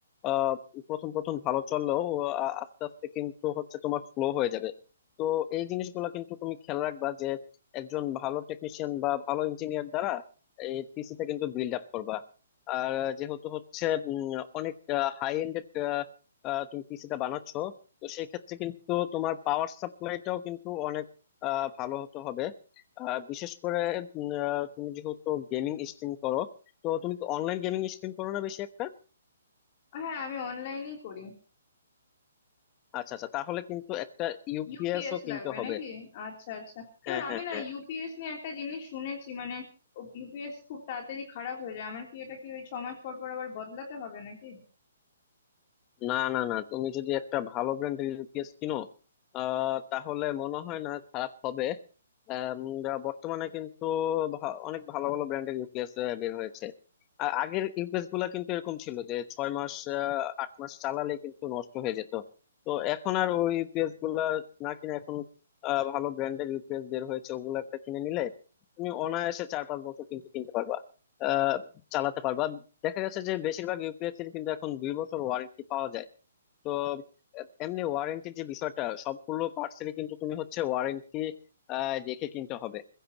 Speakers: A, on the left (about 25°); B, on the left (about 40°).
A: আহ, প্রথম প্রথম ভালো চললেও আ- আস্তে আস্তে কিন্তু হচ্ছে তোমার স্লো হয়ে যাবে তো এই জিনিসগুলো কিন্তু তুমি খেয়াল রাখবা একজন ভালো টেকনিশিয়ান বা ভালো ইঞ্জিনিয়ার দ্বারা এই পিসিটা কিন্তু বিল্ড আপ করবা আর যেহেতু হচ্ছে উম, অনেক হাই এন্ডেড তুমি পিসিটা বানাচ্ছো তো সেই ক্ষেত্রে কিন্তু তোমার পাওয়ার সাপ্লাইটাও কিন্তু অনেক আহ, ভালো হতে হবে আহ, বিশেষ করে উম, আহ, তুমি যেহেতু গেমিং স্ট্রিম করো তো তুমি কি অনলাইন গেমিং স্ট্রিম করো না বেশি একটা
B: হ্যাঁ আমি অনলাইনেই করি
A: আচ্ছা আচ্ছা তাহলে কিন্তু একটা ইউপিএস
B: ইউপিএস
A: ও কিনতে
B: লাগবে
A: হবে
B: নাকি আচ্ছা আচ্ছা
A: হ্যাঁ
B: এবার আমি
A: হ্যাঁ
B: না
A: হ্যাঁ
B: ইউপিএস নিয়ে একটা জিনিস শুনেছি মানে ইউপিএস খুব তাড়াতাড়ি খারাপ হয়ে যায় আমার কি এটা কি ওই ছ মাস পর পর আবার বদলাতে হবে নাকি
A: না না না তুমি যদি একটা ভালো ব্র্যান্ডের ইউপিএস কিনো আহ, তাহলে মনে হয় না খারাপ হবে আম, যা বর্তমানে কিন্তু ভা- অনেক ভালো ভালো ব্র্যান্ডের ইউপিএস বের হয়েছে আ- আগের ইউপিএস গুলা কিন্তু এরকম ছিল যে ছয় মাস আহ, আট মাস চালালে কিন্তু নষ্ট হয়ে যেত তো এখন আর ওই ইউপিএস গুলা না কিনে এখন আহ, ভালো ব্র্যান্ডের ইউপিএস বের হয়েছে ওগুলো একটা কিনে নিলে তুমি অনায়াসে চার পাঁচ বছর কিন্তু কিনতে পারবা আহ চালাতে পারবা দেখা গেছে যে বেশিরভাগ ইউপিএসসির কিন্তু এখন দুই বছর ওয়ারেন্টি পাওয়া যায় তো আহ, এমনি ওয়ারেন্টির যে বিষয়টা সবগুলো পার্টসেরই কিন্তু তুমি হচ্ছে ওয়ারেন্টি দেখে কিনতে হবে